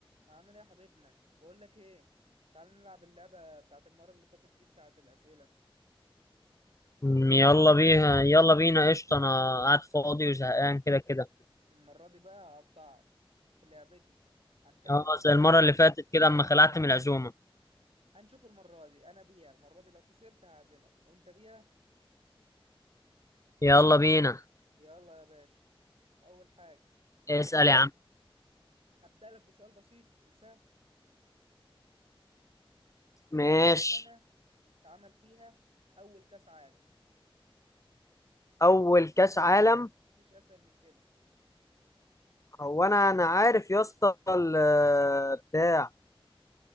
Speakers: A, on the right; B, on the left.
A: عامل ايه يا حبيبنا بقول لك ايه تعال نلعب اللعبه بتاعت المره اللي فاتت دي بتاعت الاسئله
B: أمم، يلا بيها يلا بينا قشطة أنا قاعد فاضي وزهقان كده كده
A: المره دي بقى هقطعك في لعبتي عن كاس
B: اه
A: العالم
B: زي المرة اللي فاتت كده أما خلعت من العزومة
A: هنشوف المره دي انا بيها المره دي لو خسرت هعزمك وانت بيها
B: يلا بينا
A: يلا يا باشا اول حاجه
B: اسأل يا عم
A: هبدا لك بسؤال بسيط وسهل
B: ماشي
A: في اي سنه اتعمل فيها اول كاس عالم
B: اول كاس عالم
A: مفيش اسهل من كده
B: هو انا انا عارف يا اسطى ال- بتاع